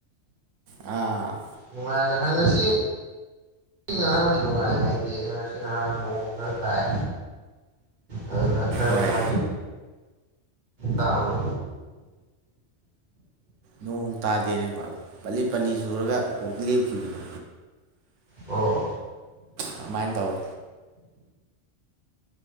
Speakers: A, on the right; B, on the right.
A: ꯑꯥ
B: ꯅꯨꯡꯉꯥꯏꯒꯍꯪ ꯉꯁꯤ ꯏ ꯑꯔꯥꯡꯗꯤ ꯅꯨꯡꯉꯥꯏ ꯍꯥꯏꯗꯤ ꯉꯥꯔꯁꯤ ꯉꯔꯥꯡ ꯅꯣꯡ ꯈꯔ ꯇꯥꯏ ꯑꯗꯨꯅ ꯈꯔ
A: ꯍꯣꯏ
B: ꯅꯨꯡꯉꯥꯏ ꯇꯥꯕ꯭ꯔꯣ
A: ꯅꯣꯡ ꯇꯥꯗꯦꯅꯦ ꯄꯠꯂꯤ ꯄꯠꯂꯤ ꯆꯨꯔꯒ ꯀꯣꯛ ꯂꯦꯞꯈꯤꯕꯗꯣ
B: ꯑꯣ
A: ꯑꯗꯨꯃꯥꯏꯅ ꯇꯧꯋꯦ